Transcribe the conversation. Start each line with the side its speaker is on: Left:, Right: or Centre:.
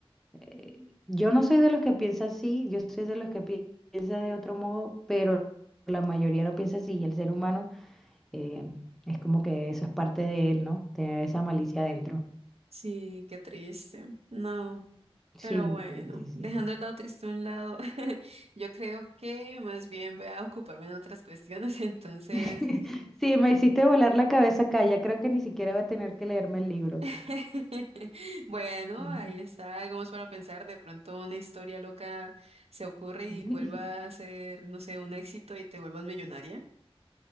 Centre: eh, yo no soy de los que piensa así, yo soy de los que pi- piensa de otro modo, pero la mayoría no piensa así y el ser humano eh, es como que eso es parte de él, ¿no? Tener esa malicia adentro.
Right: Sí, qué triste. No,
Centre: Sí,
Right: pero bueno,
Centre: sí, sí,
Right: dejando
Centre: sí.
Right: el lado triste a un lado, <laughs> yo creo que más bien voy a ocuparme en otras cuestiones, <laughs> entonces
Centre: <laughs> Sí, me hiciste volar la cabeza acá, ya creo que ni siquiera voy a tener que leerme el libro.
Right: <laughs> Bueno,
Centre: Ujú.
Right: ahí está, algo más para pensar. De pronto una historia loca se ocurre y
Centre: <laughs>
Right: vuelva a ser, no sé, un éxito y te vuelvas millonaria.